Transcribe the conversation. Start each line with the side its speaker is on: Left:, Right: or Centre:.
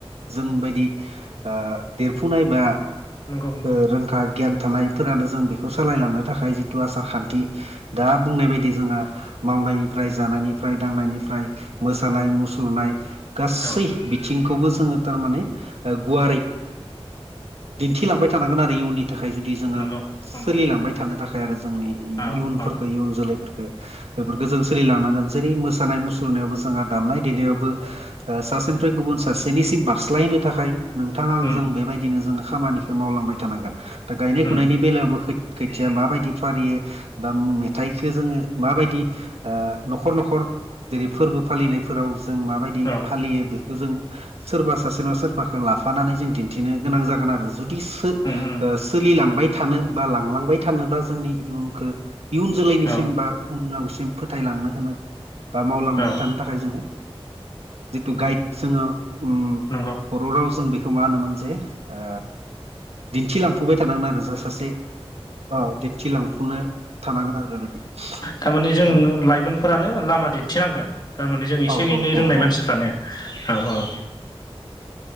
Right: जों बायदि ओ देरफुनाय बा आ ओ
Left: नंगौ नंगौ
Right: रोंखा गियान थानायफोरानो जों बेखौ सालायलांनो थाखाय जिथु आसार-खान्थि दा बुंनाय बायदि जोंहा मावनायनिफ्राय जानायनिफ्राय दांनायनिफ्राय मोसानाय मुसुरनाय गासै
Left: औ
Right: बिथिंखौबो जोङो थारमाने गुवारै ओ दिन्थिलांबाय थानांगोन आरो इयुननि थाखाय जुदि जोङो
Left: नंगौ नंगौ
Right: सोलिलांबाय थानो थाखाय आरो जोंनि
Left: औ
Right: इयुनफोरखौ
Left: औ
Right: इ-इयुन जोलैफोरखौ बेफोरखौ जों सोलिलांनांगोन जेरै मोसानाय मुसुरनायावबो जोंहा दामनाय देनायावबो ओ सासे गुबुन सासेनिसिम बारस्लायहोनो थाखाय नोंथांङा आं
Left: उम
Right: जों बेबायदिनो जों खामानिखौ ओ मावलांबाय थानांगोन दा गायनाय
Left: उम
Right: फुनायनि बेलायावबो खैथिया माबायदि फारियै बा मेथाइखो जोङो माबायदि ओ न'खर न'खर जेरै फोरबो फालिनायफोराव जों माबायदि
Left: औ
Right: फालियो बे जों सोरबा सासे नङा सोरबाखौ लाफानानै जों दिन्थिनो गोनां जागोन आरो जुदि
Left: उम उम
Right: सोलिलांबाय थानो बा लांलांबाय थानोबा जोंनि इयुनखौ ओ इयुन जोलैनिसिम
Left: औ
Right: बा उनावसिम फोथायलांनो होनो बा मावलांबाय
Left: औ
Right: थानो थाखाय जोङो जिथु गाइड जोङो ओ
Left: नंगौ
Right: बर' रावजों बेखौ मा होनोमोन जे ओ दिन्थिलांफाय थानांगोन आरो जा सासे औ ओ दिन्थिलांफुनो थानांगोन आरो बेबायदि
Left: थारमानि जों
Right: औ
Left: लाइमोनफोरानो लामा दिन्थिनांगोन आ थारमाने जों एसे
Right: औ
Left: एनै
Right: औ औ
Left: रोंनाय मानसिफ्रानो ओ औ औ